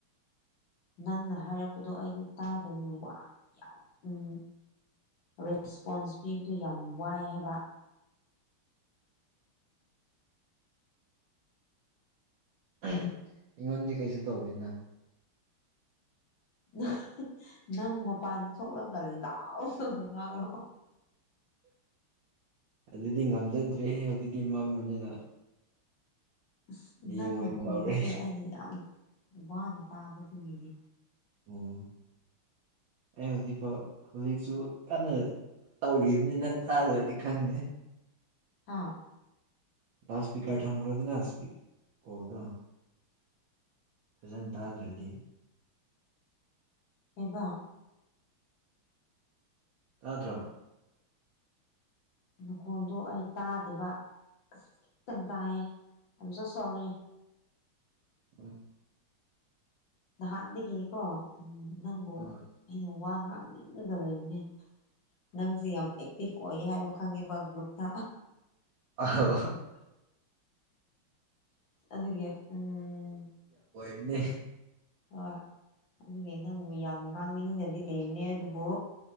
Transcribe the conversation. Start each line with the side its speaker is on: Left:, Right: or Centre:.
Left: ꯅꯪꯅ ꯍꯥꯏꯔꯛꯄꯗꯣ ꯑꯩꯗꯤ ꯇꯥꯗꯝꯅꯤꯅ ꯋꯥ ꯌꯥꯝ ꯎꯝ ꯔꯦꯁꯄꯣꯟꯁ ꯄꯤꯕꯗꯨ ꯌꯥꯝ ꯋꯥꯏ ꯍꯥꯏꯕ
Right: ꯑꯩꯉꯣꯟꯗꯗꯤ ꯀꯩꯁꯨ ꯇꯧꯗꯦꯅꯥ
Left: ꯅꯪ ꯅꯪ ꯃꯄꯥꯟꯗ ꯊꯣꯛꯂꯒ ꯂꯥꯎꯅ ꯉꯥꯡꯂꯛꯑꯣ
Right: ꯑꯗꯨꯗꯤ ꯉꯝꯖꯗ꯭ꯔꯦꯍꯦ ꯍꯧꯖꯤꯛꯇꯤ ꯃꯝꯕꯅꯤꯅ
Left: ꯑꯁ
Right: ꯍꯌꯦꯡ
Left: ꯅꯪꯅ
Right: ꯑꯣꯏꯅ
Left: ꯈꯨꯝꯕꯁꯦ
Right: ꯇꯧꯔꯦ
Left: ꯑꯩꯅ ꯌꯥꯝ ꯋꯥꯅ ꯇꯥꯕꯗꯨꯒꯤꯅꯤ
Right: ꯑꯣ ꯑꯩ ꯍꯧꯖꯤꯛꯐꯥꯎ ꯍꯧꯖꯤꯛꯁꯨ ꯀꯟꯅ ꯇꯧꯔꯤꯕꯅꯤ ꯅꯪ ꯇꯥꯗ꯭ꯔꯗꯤ ꯈꯪꯗꯦ
Left: ꯍꯥꯥ
Right: ꯂꯥꯎꯗꯁ꯭ꯄꯤꯀꯔ ꯊꯝ ꯈꯣꯗꯅ ꯀꯣꯗ ꯐꯖꯅ ꯇꯥꯗ꯭ꯔꯗꯤ
Left: ꯀꯩꯕ
Right: ꯇꯥꯗ꯭ꯔꯣ
Left: ꯅꯈꯣꯟꯗꯣ ꯑꯩ ꯇꯥꯗꯦꯕ ꯑꯁꯇꯝ ꯇꯌꯦ ꯑꯝ ꯁꯣ ꯁꯣꯔꯤ
Right: <inaudible>
Left: ꯅꯍꯥꯟꯗꯒꯤꯀꯣ ꯎꯝ ꯅꯪꯕꯨ
Right: ꯑꯥ
Left: ꯋꯥ ꯉꯥꯡꯅꯤꯡꯉꯒ ꯂꯩꯕꯅꯦ ꯅꯪꯖꯦ ꯌꯥꯝ ꯑꯦꯛꯇꯤꯚ ꯑꯣꯏ ꯍꯥꯏꯕ ꯈꯪꯉꯦꯕ ꯒ꯭ꯔꯨꯞꯇ
Right: ꯑꯣ
Left: ꯑꯗꯒꯤ ꯎꯝ
Right: ꯑꯦ
Left: ꯍꯣꯏ ꯑꯗꯨꯒꯤ ꯅꯪꯕꯨ ꯌꯥꯝ ꯉꯥꯡꯅꯤꯡꯒꯗꯤ ꯂꯩꯕꯅꯦ ꯑꯗꯨꯕꯨ